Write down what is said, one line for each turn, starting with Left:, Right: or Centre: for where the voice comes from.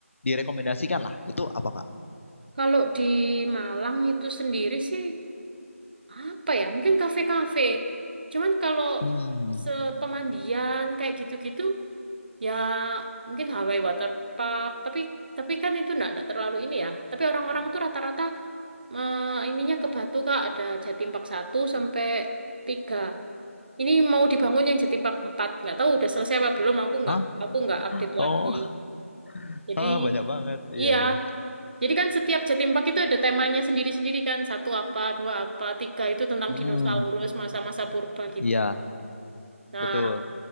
Left: direkomendasikan lah, itu apa, Kak?
Right: Kalau di Malang itu sendiri sih apa ya mungkin kafe-kafe cuman kalau
Left: Hmm,
Right: sepemandian kayak gitu-gitu ya mungkin Hawaii Water Park tapi tapi kan itu enggak enggak terlalu ini ya tapi orang-orang tuh rata-rata eh, ininya ke Batu Kak ada Jatim Park satu sampai tiga ini mau dibangun yang Jatim Park empat nggak tahu udah selesai apa belum aku nggak
Left: Hah?
Right: aku nggak update
Left: Oh,
Right: lagi
Left: <laughs>
Right: jadi
Left: ah, banyak banget. Iya,
Right: iya
Left: iya.
Right: jadi kan setiap Jatim itu ada temanya sendiri-sendiri kan. Satu apa, dua apa, tiga itu tentang
Left: Hmm,
Right: dinosaurus, masa-masa purba gitu.
Left: iya,
Right: Nah,
Left: betul.